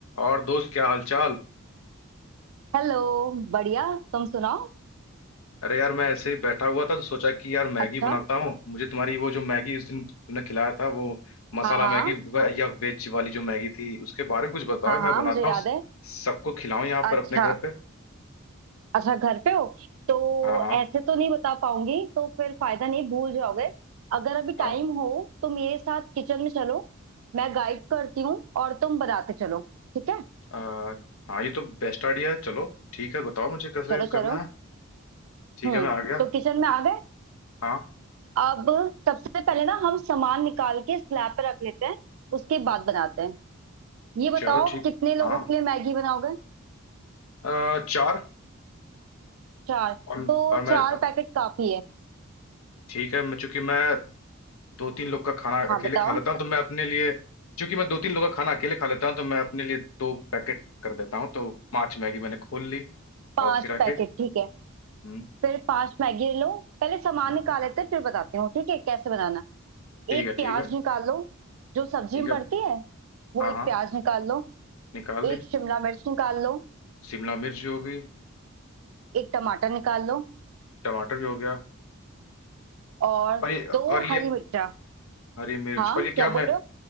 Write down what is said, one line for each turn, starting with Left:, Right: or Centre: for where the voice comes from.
Left: और दोस्त क्या हालचाल
Right: Hello बढ़िया तुम सुनाओ
Left: अरे यार मैं ऐसे ही बैठा हुआ था तो सोचा कि यार मैगी
Right: अच्छा
Left: बनाता हूँ मुझे तुम्हारी वो जो मैगी उस दिन तुमने खिलाया था वो मसाला
Right: हाँ हाँ
Left: मैगी व- या वेज वाली जो मैगी थी उसके बारे में कुछ बताओ
Right: हाँ
Left: मैं
Right: हाँ
Left: बनाता
Right: मुझे याद
Left: हूँ स-
Right: है
Left: सबको खिलाऊं यहाँ पर
Right: अच्छा
Left: अपने घर पे
Right: अच्छा घर पे हो तो
Left: हाँ हाँ
Right: ऐसे तो नहीं बता पाऊंगी तो फिर फायदा नहीं भूल जाओगे अगर अभी
Left: हाँ
Right: टाइम हो तो मेरे साथ किचन में चलो मैं गाइड करती हूँ और तुम बनाते चलो ठीक है
Left: अ, हाँ ये तो बेस्ट आइडिया है चलो ठीक है बताओ मुझे कैसे
Right: चलो
Left: करना
Right: चलो
Left: है ठीक
Right: हम्म
Left: है मैं आ गया
Right: तो किचन में आ गए
Left: हाँ
Right: अब सबसे पहले ना हम सामान निकाल के स्लैब पे रख लेते हैं उसके बाद बनाते हैं ये बताओ
Left: चलो ठीक
Right: कितने लोगों
Left: हाँ
Right: के लिए मैगी बनाओगे
Left: अ, चार
Right: चार
Left: और
Right: तो
Left: और मैं
Right: चार पैकेट काफी है
Left: ठीक है मैं चूंकि मैं दो तीन लोग का खाना
Right: हाँ
Left: अकेले
Right: बताओ
Left: खा लेता हूँ तो मैं अपने लिए क्योंकि मैं दो तीन लोग का खाना अकेले खा लेता हूँ तो मैं अपने लिए दो पैकेट कर देता हूँ तो पांच मैगी मैंने खोल ली
Right: पांच
Left: और फिर आके
Right: पैकेट ठीक है
Left: हम्म
Right: फिर पांच मैगी लो पहले सामान
Left: हम्म,
Right: निकाल लेते हैं फिर बताती हूँ ठीक है कैसे बनाना
Left: ठीक
Right: एक
Left: है
Right: प्याज
Left: ठीक है
Right: निकाल लो जो सब्जी
Left: ठीक
Right: में
Left: है
Right: पड़ती है वो
Left: हाँ
Right: एक
Left: हाँ
Right: प्याज निकाल लो
Left: निकाल
Right: एक
Left: ली
Right: शिमला मिर्च निकाल लो
Left: शिमला मिर्च भी हो गई
Right: एक टमाटर निकाल लो
Left: टमाटर भी हो गया
Right: और
Left: और ये
Right: दो
Left: और ये
Right: हरी मिर्चा
Left: हरी मिर्च
Right: हाँ
Left: और ये क्या
Right: क्या बोल
Left: मैं
Right: रहे हो